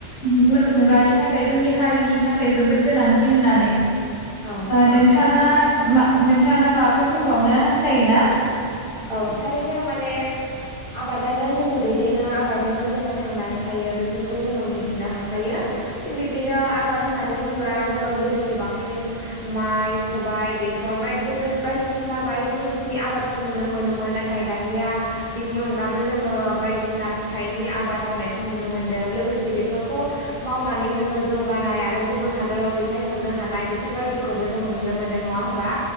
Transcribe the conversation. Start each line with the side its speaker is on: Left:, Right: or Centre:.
Left: मुलुग मुगानि थाखाय जोंनि हारिनि थाखाय जोबोद गोनांथि होननानै
Right: औ
Left: नोंथाङा नोंथाङा माबाफोर बुंबावनो हास्थायोना
Right: औ थारैनो माने आबादानो जोंखौ दैदेनो आबादजोंनो जोङो थांनानै थायो बेफोरखौ जोङो मिथिनो हाखायो थिग बिब्दिनो आबाद होननानै बुंब्ला जोङो गोदोसो बांसिन माइ सबाय बेसर बाय बे बायदिसिना बायब्रुसनि आबाद खौ नुनो मोनोमोन नाथाय दानिया बिनि अनगाबो जोङो बायदिसिना फिथाइनि आबाद मावनायखौ नुनो मोनदों लोगोसे बेफोरखौ मावनानै जोङो जौगानाय आरो गुबुन हादराव दैथायहरनो हानाय बेफोरबायदिखौबो जोङो नुनो मोनदों नङा होमबा